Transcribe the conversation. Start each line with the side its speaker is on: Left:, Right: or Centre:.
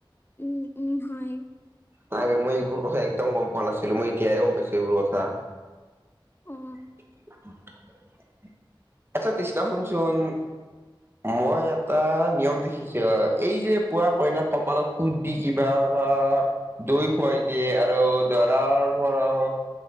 Left: উম উম হয়।
Right: নাই বে মই এইবোৰ কথা একদম গম পোৱা নাছিলো, মই এতিয়াহে গম পাইছো এইবোৰ কথা।
Left: অ
Right: <inaudible> আচ্ছা তৃষ্ণা শুনচোন মই এটা নিয়ম দেখিছো, এই যে পুৱা কইনাক কপালত ফুট দি কিবা বা দৈ খুৱাই দিয়ে, আৰু দৰাৰ পৰাও